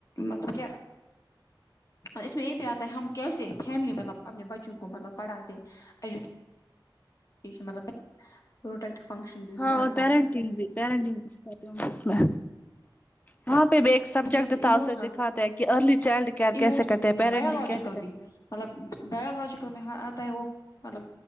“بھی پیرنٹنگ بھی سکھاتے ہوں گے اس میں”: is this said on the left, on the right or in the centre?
Left